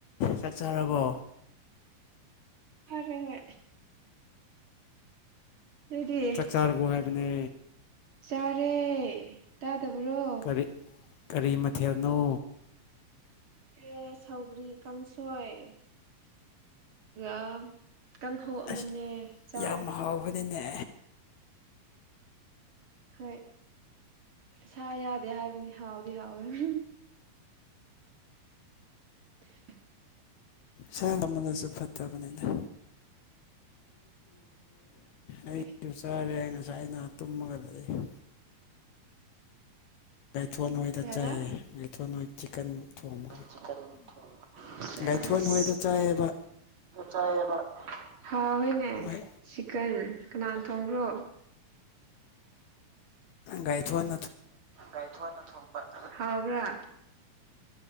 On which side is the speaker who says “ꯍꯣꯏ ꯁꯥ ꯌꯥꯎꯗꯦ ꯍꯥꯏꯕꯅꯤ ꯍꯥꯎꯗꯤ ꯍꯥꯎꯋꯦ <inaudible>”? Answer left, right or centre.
Right